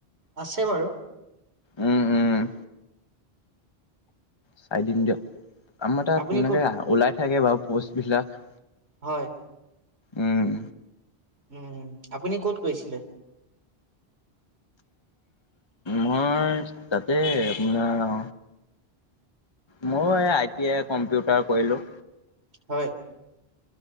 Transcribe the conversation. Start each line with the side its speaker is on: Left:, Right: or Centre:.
Right: আছে বাৰু।
Left: উম', - উম', চাই দিম দিয়ক। আমাৰ তাত
Right: আপুনি
Left: তেনেকে
Right: ক'ত
Left: ওলাই। থাকে বাৰু পোষ্ট বিলাক।
Right: হয়।
Left: উম',
Right: উম', আপুনি কত গৈছিলে।
Left: মই তাতে আপোনাৰ। মই এই আই টি আই কম্পিউটাৰ কৰিলো।
Right: হয়।